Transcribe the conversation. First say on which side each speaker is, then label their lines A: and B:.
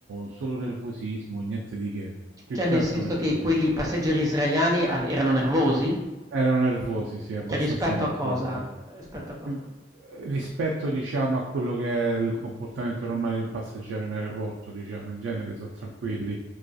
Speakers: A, on the right; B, on the right.
A: solo nervosismo, niente di che. Più
B: Cioè,
A: che
B: nel
A: altro
B: senso
A: nervosismo.
B: che quelli passeggeri israeliani av- erano nervosi?
A: Erano nervosi, sì, abbastanza
B: E rispetto
A: nervosi.
B: a cosa? Uhm, rispetto a cosa?
A: Eh, rispetto, diciamo, a quello che è il comportamento normale di un passeggero in aeroporto, diciamo, in genere sono tranquilli.